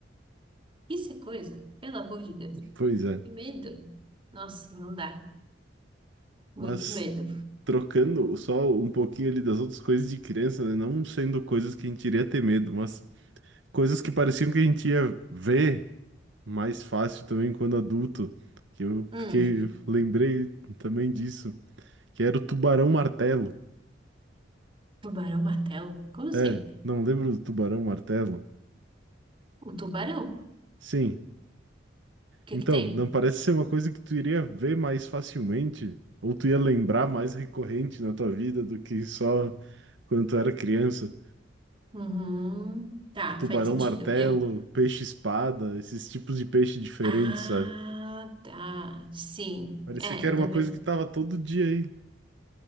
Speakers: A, on the right; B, on the right.
A: Isso é coisa, pelo amor de Deus.
B: pois é.
A: Que medo. Nossa, não dá. Muito
B: Mas
A: medo.
B: trocando só um pouquinho ali das outras coisas de criança, né? Não sendo coisas que a gente iria ter medo, mas coisas que pareciam que a gente ia ver mais fácil também quando adulto, que eu
A: Hum,
B: fiquei, lembrei também disso, que era o tubarão martelo.
A: tubarão martelo? Como assim?
B: É, não lembro do tubarão martelo?
A: O tubarão? O
B: Sim.
A: que
B: Então,
A: que tem?
B: não parece ser uma coisa que tu iria ver mais facilmente, ou tu ia lembrar mais recorrente na tua vida do que só quando tu era criança.
A: Uhum. Tá,
B: Tipo, tubarão
A: faz sentido.
B: martelo,
A: Eu.
B: peixe espada, esses tipos de peixe diferentes,
A: Ah,
B: sabe?
A: tá. Sim.
B: Parecia
A: É,
B: que era
A: na
B: uma
A: verdade.
B: coisa que tava todo dia aí.